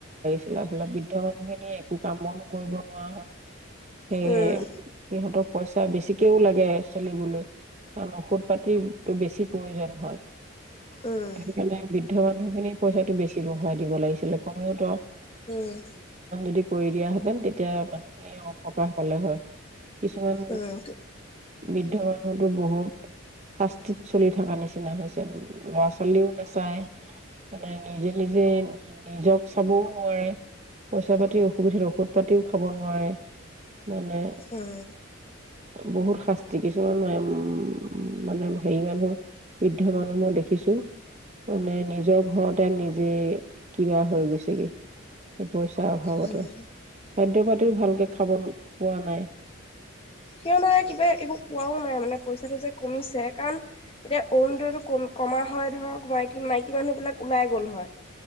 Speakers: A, on the right (about 35°); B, on the left (about 25°).
A: এয়া হলা বৃদ্ধ মানুহখিনিয় একো কাম বন কৰিব নোৱাৰা হয় সে
B: উম
A: সিহঁতক পইচা বেছিকেও লাগে চলিবলৈ কাৰণ ঔষধ পাতি বেছি প্ৰয়োজন হয়
B: উম
A: সেইকাৰণে বৃদ্ধ অ মানুহখিনি পইচাটো বেছি বঢ়ই দিব লাগিছিলে কোনেওতো
B: উম
A: যদি কৰি দিয়াহেতেন তেতিয়া মানুহ অ সকাহ পালে হয় কিছুমান
B: উম
A: বৃদ্ধ মানুহতো বহুত শাস্তিত চলি থকা নিচিনা হৈছে উ ল'ৰা ছোৱালীও নাচায় মানে নিজে নিজে নিজক চাবও নোৱাৰে পইচা পাতিৰ অসুবিধাত ঔষধ পাতিও খাব নোৱাৰে মানে
B: উম
A: বহুত শাস্তি কিছুমান উম মানে হেৰি মানুহ বৃদ্ধ মানুহ মই দেখিছো মানে নিজৰ ঘৰতে নিজে কিবা হৈ গৈছেগে পইচাৰ অভাৱতে
B: উম
A: খাদ্য প একো ভালকে খাব পোৱা নাই
B: সিয় নাই কিবা একো কোৱাও নাই মানে পইচাটো যে কমিছে কাৰণ এতিয়া অৰুণদয়টো কমা হয় ধৰক মাইকী মাইকী মানুহ বিলাক ওলাই গল হয়